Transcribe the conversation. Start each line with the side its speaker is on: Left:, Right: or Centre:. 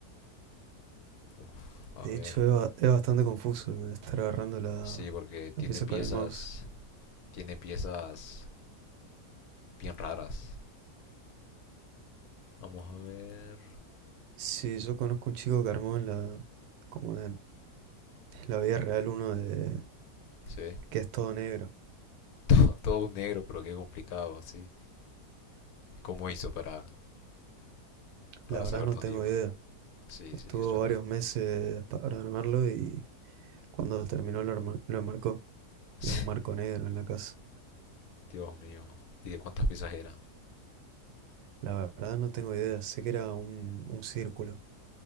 Left: Uf, a
Right: De
Left: ver.
Right: hecho, es, ba- es bastante confuso el estar agarrando la,
Left: Sí, porque tiene
Right: la pieza
Left: piezas,
Right: con el mouse.
Left: tiene piezas bien raras. Vamos a ver.
Right: Sí, yo conozco un chico que armó en la, como en en la vida real uno de
Left: Se ve
Right: que es todo negro.
Left: <laughs> todo un negro, pero qué complicado, sí. ¿Cómo hizo para, para
Right: La verdad
Left: saber
Right: no
Left: dónde
Right: tengo
Left: iba?
Right: idea.
Left: Sí,
Right: Estuvo
Left: sí, suena.
Right: varios meses para armarlo y cuando terminó lo, arma- lo enmarcó.
Left: <laughs>
Right: Y es un marco negro en la casa.
Left: Dios mío. ¿Y de cuántas piezas era?
Right: La verdad no tengo idea. Sé que era un, un círculo.